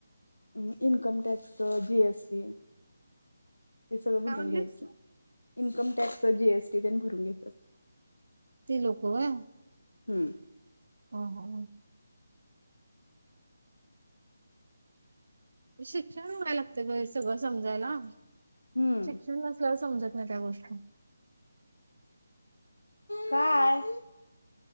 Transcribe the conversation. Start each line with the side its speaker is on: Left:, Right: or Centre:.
Left: म इनकम टॅक्स जिएसटी ते सगळं
Right: काय
Left: भरून
Right: म्हणलीस?
Left: घ्यायचं. Income tax G S T तेन भरून घ्यायच असत.
Right: ती लोक व्हय?
Left: हम्म.
Right: ह ह ह. शिक्षण व्हायला लागत ग, हे सगळं समजायला.
Left: हम्म
Right: शिक्षण नस ला समजत नाही त्या गोष्टी.
Left: काय?